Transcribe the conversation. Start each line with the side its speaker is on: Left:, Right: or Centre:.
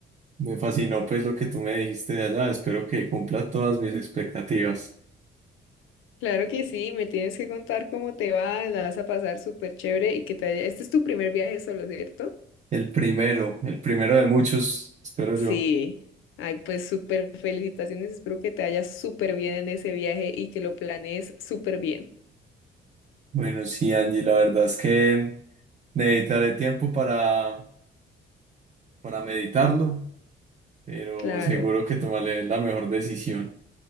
Right: me fascinó pues lo que tú me dijiste de allá. Espero que cumpla todas mis expectativas.
Left: Claro que sí, me tienes que contar cómo te va, la vas a pasar súper chévere y que te haya... Este es tu primer viaje solo, ¿cierto?
Right: El primero, el primero de muchos, espero
Left: Sí.
Right: yo.
Left: Ay, pues súper felicitaciones, espero que te haya súper bien en ese viaje y que lo planees súper bien.
Right: Bueno, sí, Angie, la verdad es que necesitaré tiempo para, para meditarlo, pero
Left: Claro.
Right: seguro que tomaré la mejor decisión.